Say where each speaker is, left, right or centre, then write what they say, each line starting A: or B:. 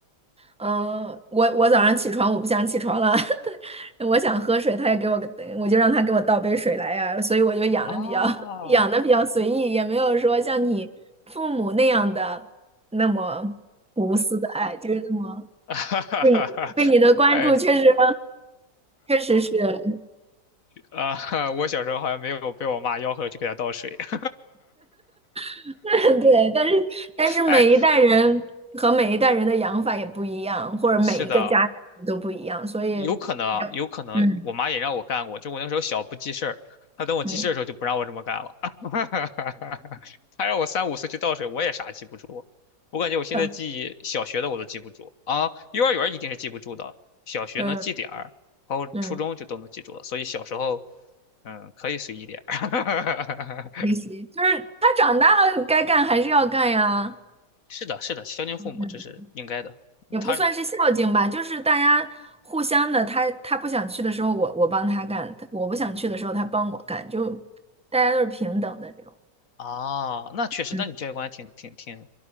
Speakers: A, in the centre; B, on the left.
A: 嗯，我我早上起床，我不想起床了，<laughs> 我想喝水，他也给我，我就让他给我倒杯水来呀、所以我就养的比较
B: 哦，
A: <laughs> 养的比较随意，也没有说像你父母那样的那么无私的爱，就是这么
B: <laughs> 哈哈哈哈
A: <laughs> 对你对你的关注，
B: 哎
A: 确实确实是
B: 啊，我小时候好像没有被我妈吆喝去给她倒水。<laughs>
A: <laughs> 对，但是但是每一代人和每一代人的养法也不一样，
B: 哎，
A: 或者每一个家长都不一样，
B: 是的，
A: 所以嗯
B: 有可能啊，有可能我妈也让我干过，
A: 嗯
B: 就我那时候小不记事儿，她等我记事儿的时候就不让我这么干了，
A: 嗯。
B: <laughs> 她让我三五岁去倒水，我也啥记不住。我感觉我现在记忆小学的我都记不住啊，
A: 呃
B: 幼儿园儿一定是记不住的，小学能记点儿，
A: 嗯
B: 包括初中就都能记住了，
A: 嗯
B: 所以小时候嗯可以随意点儿。
A: 学习，就是他长大了该干还是要干呀，
B: <laughs> 是的，是的，孝敬父母这是应该的，
A: 嗯，也不算是孝敬吧，
B: 他
A: 就是大家互相的，他他不想去的时候我我帮他干，他我不想去的时候他帮我干，就大家都是平等的这种。
B: 啊，那确实，
A: 嗯，
B: 那你教育观还挺挺挺